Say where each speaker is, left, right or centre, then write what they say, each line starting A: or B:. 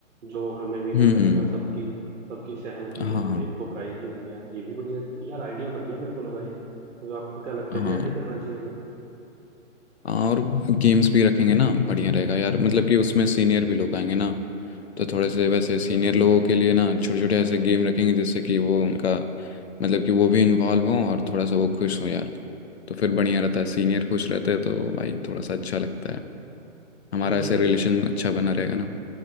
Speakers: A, on the right (about 65°); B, on the left (about 55°).
A: जो हमें विनर
B: हम्म
A: लगेगा सबकी सबकी सहमति
B: हाँ
A: से हम एक को प्राइज भी देंगे यार ये भी बढ़िया यार आइडिया बढ़िया मेरे को लगा ये तो आपको क्या लगता
B: हाँ
A: है कि
B: हाँ
A: ऐसा ही करना चाहिए हमें
B: और गेम्स भी रखेंगे ना बढ़िया रहेगा यार मतलब कि उसमें सीनियर भी लोग आएंगे ना तो थोड़े से वैसे सीनियर लोगों के लिए ना छोटे छोटे ऐसे गेम रखेंगे जिससे कि वो उनका मतलब कि वो भी इन्वॉल्व हों और थोड़ा सा वो खुश हों यार तो फिर बढ़िया रहता है सीनियर खुश रहते हैं तो भाई थोड़ा सा अच्छा लगता है हमारा
A: इनविटेशन
B: ऐसे रिलेशन अच्छा बना रहेगा ना